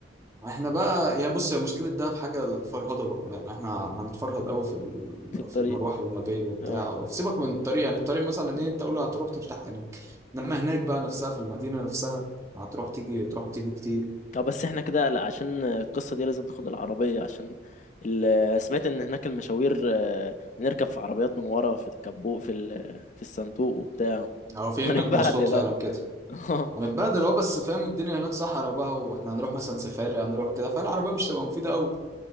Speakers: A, on the right (about 15°); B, on the left (about 40°).
A: احنا بقى يا بص هي مشكله دهب حاجه الفرهده بقى يعني احنا هنتفرهد قوي في ال-
B: في الطريق
A: في المروح والمجاي وبتاع
B: اه
A: سيبك من الطريق يعني الطريق مثلا ايه انت قول هتروح ترتاح هناك انما هناك بقى نفسها في المدينه نفسها هتروح تيجي تروح وتيجي كتير
B: اه بس احنا كده لا عشان القصة دي لازم تاخد العربية عشان ال- آه، سمعت ان هناك المشاوير آه، نركب في عربيات من ورا في الكبوت في ال- آه، في الصندوق وبتاع
A: هو في
B: هنتبهدل
A: هناك مواصلات فعلا
B: لا
A: كده
B: <laughs>
A: هنتبهدل اه بس فاهم الدنيا هناك صحرا بقى واحنا هنروح مثلا سفاري هنروح كده فالعربية مش تبقى مفيدة قوي